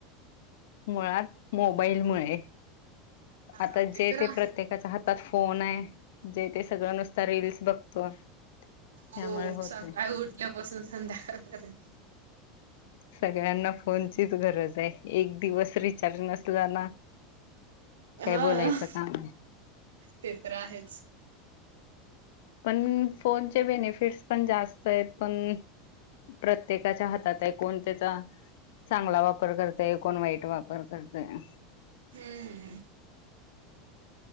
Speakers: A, on the left; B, on the right.
A: मुळात मोबाईल मुळे.
B: हा
A: आता जे
B: तर
A: ते
B: आहे
A: प्रत्येकाच्या ह फोन आहे जे ते सगळं नुसत रील्स बघतो. त्यामुळे
B: हो
A: होतय.
B: सकाळी उठल्यापासून संध्याकाळ पर्यंत.
A: सगळ्यांना फोनची गरज आहे एक दिवस रिचार्ज नसला ना
B: हा
A: काय बोलायचं काम आहे
B: ते तर आहेच.
A: पण फोनचे बेनिफिट्स पण जास्त आहेत. पण प्रत्येकाच्या हातात आहे कोणत्याचा चांगला वापर करतय, कोण वाईट वापर करतय.
B: हम्म.